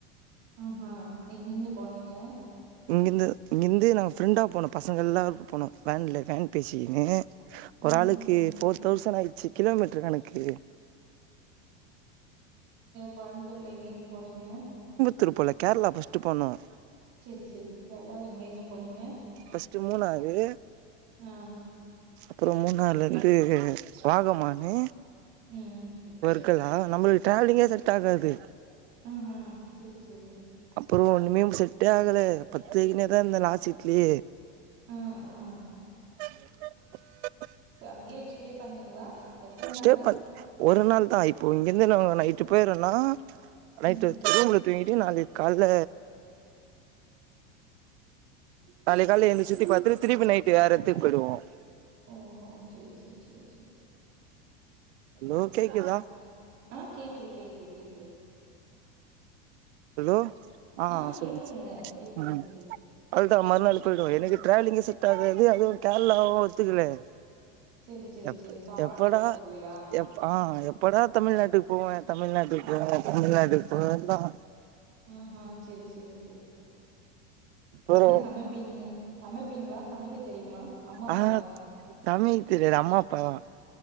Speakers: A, on the right; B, on the right.
A: ஆஹ்ஹா எங்கக எங்க
B: இங்கேருந்து இங்கேருந்து நாங்கள் ஃப்ரெண்டாக போனோம் பசங்கள் எல்லாருக்கும் போனோம் வேனில் வேன் பேசிக்கின்ன்னு <unintelligible> ஒரு
A: ம்
B: ஆளுக்கு
A: ம்
B: ஃபோர் தௌஷ்ண்சன் அகுதச் கிலோமீட்டரு கதணக்கு
A: கோயமுத்தூர்ல இங்சஅகங்க போனீங்க
B: திருப்ப போல கேரளா பர்ஸ்ட் போனோம்
A: சரி சரி கேரளால எங்க எங்க போனீங்க
B: ஃபர்ஸ்ட் மூணாறு
A: ஆஹ்
B: அப்புறம் மூணாறுலேருந்து வாகமானு
A: உம்
B: இருகல்லா நம்மளுக்கு டிராவலிங்கே செட் ஆகாது
A: ஹ் ஹ் சரி சரி
B: அப்புறம் ஒன்னுமே செட்டே ஆகல நீங்கதான் இந்த நாச்சிட்லே
A: ஆஹ் ஆஹ்
B: <inaudible>
A: அங்கயே ஸ்டே பண்ணீங்களா எத்தின நாளு
B: ஸ்டே பண் ஒரு நாள் தான் இப்போது இங்கேருந்து நா நைட்டு போயிரேன்னா நைட்டு
A: ம்
B: தூங்கி முடிப்பேன் நாளைக்கு கால்ல
A: <inaudible>
B: நாளைக்கு கால எந்திரிச்சி சுத்தி பார்த்தட்டு திருப்பி நைட்டு வேற எடத்துக்கு போய்டுவோம்
A: ஓஹோ சரி சரி சரி சரி
B: ஹலோ கேக்குதா
A: அதான் ஆஹ் கேக்குது கேக்குது கேக்குது
B: ஹலோ ஆஹ்
A: ஆ
B: சொல்லுங்க
A: கேக்குதுங்க
B: சொல்லுங்க
A: கேக்குதுங்க கேக்குது
B: அதான் மறுநாள் பொய்டுவேன்
A: அப்புறோ
B: இன்னக்கு ட்ராவலிங் செட் அதுவும் கேரளாவும் ஒத்துக்கலயா
A: செரி செரி
B: எப்
A: செரி சாப்பாடு
B: எப்படா
A: ஒத்துக்கலையா?
B: எப் ஆஹ் எப்படா தமிழ்நாட்டுக்கு போவேன் தமிழ்நாட்டு போவே தமிழ்நாட்டுக்கு போனாதான்
A: ஆஹ்ஹ் சரி சரி சரி சரி சரி
B: ஒரு
A: என்ன சமைப்பீங்க சமைப்பிங்களா சமைக்க தெரியுமா அம்மா அப்பா
B: ஆ
A: தானா
B: தமிழ் தெரியாது அம்மா அப்பாதா